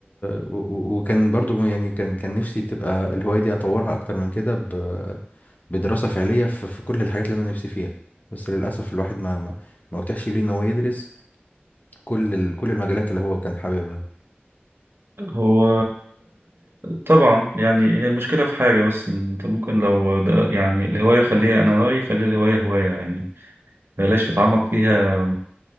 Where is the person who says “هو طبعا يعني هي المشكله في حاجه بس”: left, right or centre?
Right